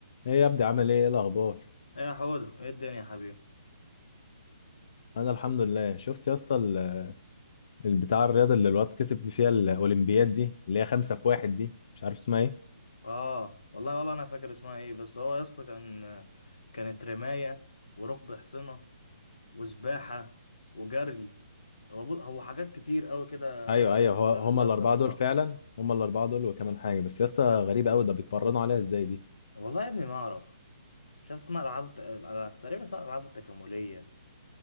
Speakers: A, on the left; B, on the left.
A: ايه يا ابني عامل ايه ايه الاخبار
B: ايه يا حوده ايه الدنيا يا حبيبي
A: انا الحمد لله شفت يا اسطى ال- البتاع الرياضه اللي الواد كسب فيها الاولمبياد دي اللي هي خمسة في واحد دي مش عارف اسمها ايه
B: اه والله والله انا فاكر اسمها ايه بس هو يا اسطى كان كانت رمايه وركب حصنه وسباحه وجري هو بو- هو حاجات كتير قوي كده
A: ايوه
B: لابسه
A: ايوه هو
B: لا-
A: هما
B: لابسه
A: الاربعه
B: في بعض
A: دول فعلا هما الاربعه دول وكمان حاجه بس يا اسطى غريبه قوي ده بيتمرنوا عليها ازاي دي
B: والله يا ابني ما اعرف مش عارف اسمها العاب الت- الألعاب- تقريبا اسمها العاب التكامليه